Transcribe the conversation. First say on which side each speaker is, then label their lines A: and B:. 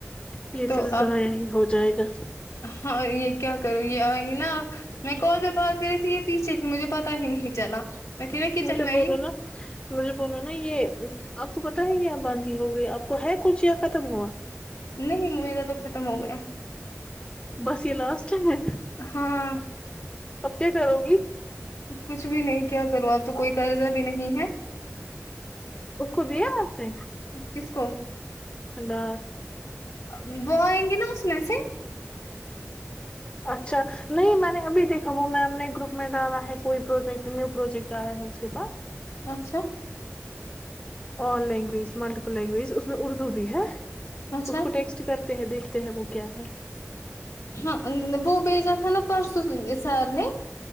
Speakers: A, on the left; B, on the left.
A: یہ
B: تو
A: پھر
B: اب
A: ضائع ہی ہو جائے گا
B: ہاں یہ کیا کروں یہ آئی نہ اب میں کال سے بات کر رہی تھی یہ پیچھے تھی مجھے پتا ہی نہیں چلا میں تھی نا کچن
A: مجھے
B: میں
A: بولو
B: ہی
A: نا مجھے بولو نا یہ آپ کو پتا ہے کہ یہاں باندھی ہو گئی آپ کو ہے کچھ ختم ہوا
B: نہیں میرا تو ختم ہو گیا
A: بس یہ لاسٹ ٹائم ہے
B: ہاں
A: اب کیا کرو گی
B: کچھ بھی نہیں کیا کرو آپ تو کوئی قرضہ بھی نہیں ہے
A: اس کو دیا وہاں سے
B: کس کو
A: اداس
B: اب وہ آئنگے نہ اس میں سے
A: اچھا نہیں میں نے اب دیکھا وہ میم نے گروپ میں ڈالا ہے کوئی پروجیکٹ نیو پروجیکٹ آیا ہے اس کے پاس
B: اچھا
A: آل لینگویج ملٹیپل لینگویج اس میں اردو بھی ہے
B: اچھا
A: اس کو ٹیکسٹ چ کرتے ہیں دیکھتے ہیں وہ کیا ہے
B: ہاں وہ بھیجا تھا نا پرسوں سارنے